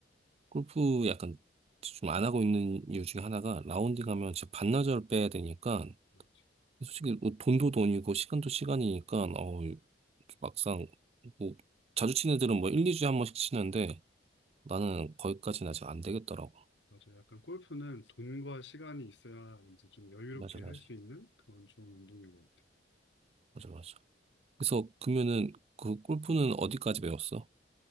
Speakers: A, on the right; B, on the left.
A: 골프 약간 좀 안 하고 있는 이유 중에 하나가 라운딩 하면 진짜 반나절 빼야 되니까
B: 맞지.
A: 솔직히 뭐 돈도 돈이고 시간도 시간이니까 어 막상 뭐 자주 치는 애들은 뭐 1, 2주에 한 번씩 치는데 나는 거기까지는 아직 안 되겠더라고.
B: 맞아요. 약간 골프는 돈과 시간이 있어야 이제 좀 여유롭게
A: 맞아,
B: 할
A: 맞아.
B: 수 있는 그런 좋은 운동인 것 같아요.
A: 맞아, 맞아. 그래서 그러면은 그 골프는 어디까지 배웠어?